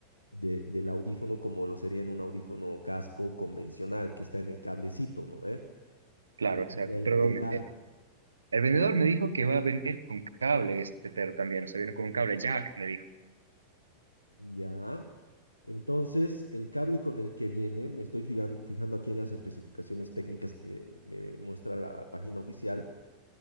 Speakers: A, on the left; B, on the right.
A: de- del audífono como lo sería en un audífono casco convencional que está en el cablecito, ¿no? ¿Eh?
B: Claro,
A: Lo viene
B: exacto.
A: ya integrado.
B: Pero eh, El vendedor me dijo que va a venir con cable este pero también, o sea, viene con un cable jack, me dijo.
A: Ya. Entonces, el cable con el que viene, me estoy fijan- fijando aquí en las especificaciones técnicas que me muestra la página oficial.